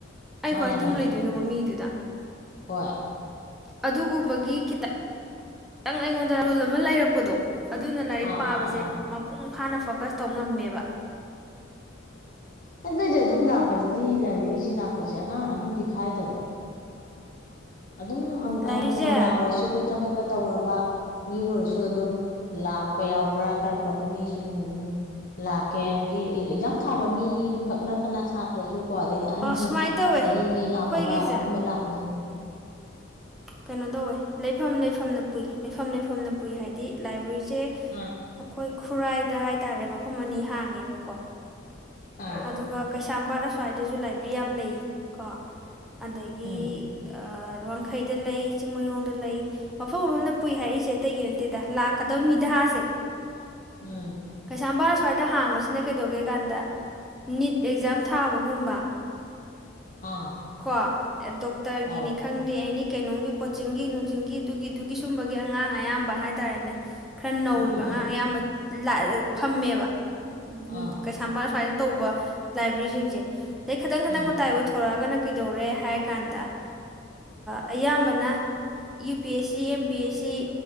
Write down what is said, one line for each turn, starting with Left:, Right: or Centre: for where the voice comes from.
Centre: ꯑꯩ
Left: ꯃꯥꯅꯦ
Centre: ꯀꯣ ꯑꯩ ꯇꯨꯝ
Left: ꯃꯥꯅꯦ
Centre: ꯂꯩꯗꯣꯏꯅꯣꯕ ꯃꯤꯗꯨꯗ
Left: ꯍꯣꯏ
Centre: ꯑꯗꯨꯒꯨꯝꯕꯒꯤꯈꯤꯇ ꯈꯤꯇꯪ ꯑꯩꯉꯣꯟꯗ ꯔꯨꯜ ꯑꯃ ꯂꯩꯔꯛꯄꯗꯣ ꯑꯗꯨꯅ ꯂꯥꯏꯔꯤꯛ
Left: ꯑꯥ
Centre: ꯄꯥꯕꯁꯦ
Left: ꯑꯥ ꯑꯥ ꯑꯥ
Centre: ꯃꯄꯨꯡ ꯐꯥꯅ ꯐꯣꯀꯁ ꯇꯧ ꯉꯝꯃꯦꯕ
Left: ꯑꯣ ꯗꯣꯢꯖꯨ ꯑꯗꯨꯝ ꯂꯥꯛꯄꯗꯗꯤ ꯂꯥꯏꯕ꯭ꯔꯦꯔꯤꯁꯤ ꯂꯥꯛꯄ ꯁꯦ ꯑꯉꯥꯡ ꯑꯍꯟꯗꯤ ꯈꯥꯏꯗꯕ꯭ꯔꯥ ꯑꯗꯨꯝ
Centre: ꯂꯥꯏꯔꯤꯛꯁꯦ
Left: ꯍꯅꯨ ꯍꯅꯥ ꯑꯣꯏꯔꯁꯨ ꯑꯩꯈꯣꯏ ꯊꯕꯛ ꯀ ꯇꯧꯔꯕ ꯃꯤ ꯑꯣꯏꯔꯁꯨ ꯑꯗꯨꯝ ꯂꯥꯛꯄ ꯌꯥꯎꯕ꯭ꯔꯥ ꯀꯔꯝ ꯀꯔꯝꯕ ꯃꯤꯁꯤꯡ ꯑꯗꯨꯝ ꯂꯥꯛꯀꯦ ꯍꯥꯏꯗꯤ ꯑꯦꯖꯛꯖꯥꯝ ꯊꯥꯕ ꯃꯤ ꯈꯛ ꯅꯠꯇꯅ ꯁꯥꯇ꯭ꯔꯁꯨ ꯀꯣ ꯑꯗꯩꯗꯤ ꯑꯍꯟꯁꯤꯡ
Centre: ꯑꯣ ꯁꯨꯃꯥꯏꯅ ꯇꯧꯋꯦ
Left: ꯆꯍꯤꯒ ꯌꯥꯝꯃꯕ
Centre: ꯑꯩꯈꯣꯏꯒꯤꯁꯦ
Left: ꯑꯗꯨꯝꯕ ꯂꯥꯛꯄꯁꯤꯡꯅꯤ
Centre: ꯀꯩꯅꯣ ꯇꯧꯋꯦ ꯂꯩꯐꯝ ꯂꯩꯐꯝꯅ ꯄꯨꯏ ꯂꯩꯐꯝ ꯂꯩꯐꯝꯅ ꯄꯨꯏ ꯍꯥꯏꯗꯤ ꯂꯥꯏꯕ꯭ꯔꯦꯔꯤ ꯆꯦ
Left: ꯑꯥ
Centre: ꯑꯩꯈꯣꯏ ꯈꯨꯔꯥꯏꯗ ꯍꯥꯏꯇꯥꯔꯦ ꯃꯐꯝ ꯑꯅꯤ ꯍꯥꯡꯉꯦꯕꯀꯣ
Left: ꯑꯥ
Centre: ꯑꯗꯨꯒ ꯀꯩꯁꯥꯝꯄꯥꯠ ꯁ꯭ꯋꯥꯏꯗꯁꯨ ꯂꯥꯏꯕ꯭ꯔꯦꯔꯤ ꯌꯥꯝ ꯂꯩ ꯀꯣ ꯑꯗꯒꯤ
Left: ꯎꯝ
Centre: ꯑ ꯋꯥꯡꯈꯩ ꯗ ꯂꯩ ꯆꯤꯡꯃꯩꯔꯣꯡꯗ ꯂꯩ ꯃꯐꯝ ꯃꯐꯝꯗ ꯄꯨꯏ ꯍꯥꯏꯔꯛꯏꯁꯦ ꯑꯇꯩꯒꯤ ꯅꯠꯇꯦꯗ ꯂꯥꯛꯀꯗꯕ ꯃꯤꯙꯥꯁꯦ
Left: ꯎꯝ
Centre: ꯀꯩꯁꯥꯝꯄꯥꯠ ꯑꯁ꯭ꯋꯥꯏꯗ ꯍꯥꯡꯕꯁꯤꯅ ꯀꯩꯗꯧꯒꯦ ꯀꯥꯟꯗ ꯅꯤꯠ ꯑꯦꯛꯖꯥꯝ ꯊꯥꯕꯒꯨꯝꯕ
Left: ꯑꯥ
Centre: ꯀꯣ ꯗꯣꯛꯇꯔꯒꯤꯅꯤ
Left: ꯑꯥꯎ
Centre: ꯈꯪꯗꯦ ꯑꯦꯅꯤ ꯀꯩꯅꯣꯝꯒꯤ ꯀꯣꯆꯤꯡꯒꯤ ꯅꯨꯡꯆꯤꯡꯒꯤ ꯑꯗꯨꯒꯤ ꯑꯗꯨꯒꯤ ꯁꯨꯝꯕꯒꯤ ꯑꯉꯥꯡ ꯑꯌꯥꯝꯕ ꯍꯥꯏꯇꯥꯔꯦꯅꯦ ꯈꯔ ꯅꯧꯔꯤꯕ
Left: ꯎꯝ ꯎꯝ
Centre: ꯑꯉꯥꯡ
Left: ꯎꯝ
Centre: ꯑꯌꯥꯝꯕ ꯐꯝꯃꯦꯕ ꯎꯝ
Left: ꯑꯥ
Centre: ꯀꯩꯁꯕꯥ ꯁꯋꯥꯏꯗ ꯇꯧꯕ ꯂꯥꯏꯕ꯭ꯔꯦꯔꯤꯁꯤꯡꯁꯦ ꯑꯗ ꯈꯤꯇꯪ
Left: ꯎꯝ
Centre: ꯇꯪ ꯃꯇꯥꯏ ꯑꯣꯏꯊꯣꯔꯛꯑꯒꯅ ꯀꯩꯗꯧꯔꯦ ꯍꯥꯏꯔ ꯀꯥꯟꯗ ꯑꯌꯥꯝꯕꯅ U P S C M P S C